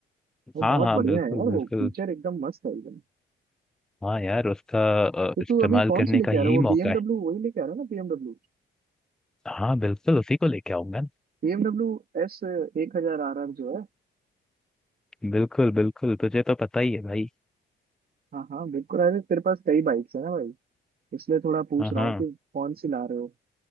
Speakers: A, on the right (about 50°); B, in the centre.
A: वो
B: हाँ
A: बहुत
B: हाँ
A: बढ़िया
B: बिल्कुल
A: है यार वो
B: बिल्कुल
A: फीचर एकदम मस्त है एकदम
B: हाँ यार उसका अ,
A: तो
B: इस्तेमाल
A: तू अभी कौन
B: करने
A: सी लेके
B: का यही
A: आ रहा है वो
B: मौका
A: BMW
B: है
A: वही लेके आ रहा है ना BMW
B: हाँ बिल्कुल उसी को लेके आऊंगा ना।
A: BMW S एक हजार are R जो है
B: बिल्कुल बिल्कुल तुझे तो पता ही है भाई
A: हाँ हाँ बिल्कुल अरे तेरे पास कई बाइक्स है ना भाई इसलिए थोड़ा पूछ
B: हाँ
A: रहा
B: हाँ
A: हूँ कि कौन सी ला रहे हो